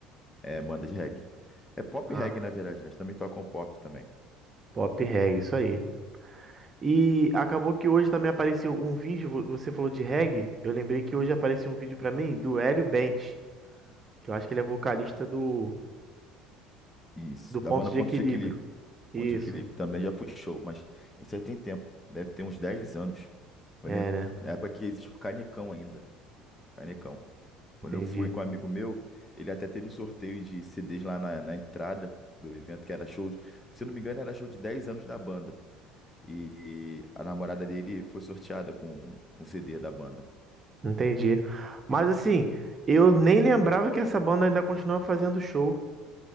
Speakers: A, on the left; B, on the right.
A: é banda de reggae. É pop
B: Ah,
A: reggae, na verdade, né? Eles também tocam pop também.
B: pop reggae, isso aí. E acabou que hoje também apareceu um vídeo, vo- você falou de reggae, eu lembrei que hoje apareceu um vídeo pra mim do Hélio Bent, que eu acho que ele é vocalista do,
A: Isso,
B: do
A: da
B: Ponto
A: banda
B: de
A: Ponto
B: Equilíbrio.
A: de Equilíbrio.
B: Isso,
A: Ponto de Equilíbrio. Também já fui em show, mas isso aí tem tempo. Deve ter uns 10 anos. Foi
B: é,
A: na
B: né?
A: foi na época que existe o Canecão ainda. Canecão. Quando
B: Entendi.
A: eu fui com um amigo meu, ele até teve um sorteio de CDs lá na, na entrada do evento, que era show. Se eu não me engano, era show de 10 anos da banda. E a namorada dele foi sorteada com um CD da banda.
B: Entendi. Mas assim, eu nem lembrava que essa banda ainda continua fazendo show,